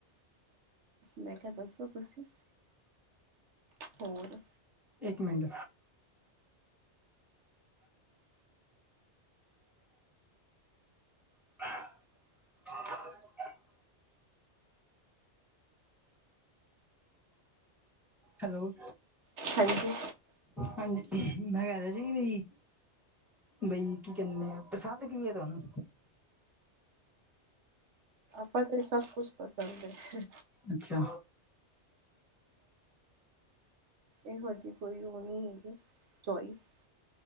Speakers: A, on the right (about 80°); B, in the centre.
A: ਮੈਂ ਕਿਹਾ ਦੱਸੋ ਤੁਸੀਂ ਹੋਰ
B: ਇੱਕ ਮਿੰਟ <inaudible> ਹੈਲੋ
A: ਹਾਂਜੀ
B: ਹਾਂਜੀ ਮੈਂ ਕਹਿ ਰਿਹਾ ਸੀ ਬੀ ਬਈ ਕੀ ਕਹੇ ਆ ਪਸੰਦ ਕੀ ਹੈ ਤੁਹਾਨੂੰ
A: ਆਪਾਂ ਤੇ ਸਭ ਕੁਛ ਪਸੰਦ ਹਾਂਜੀ
B: ਅੱਛਾ,
A: ਇਹੋ ਜਿਹੀ ਕੋਈ ਉਹ ਨਹੀਂ ਹੈਗੀ ਚੋਇਸ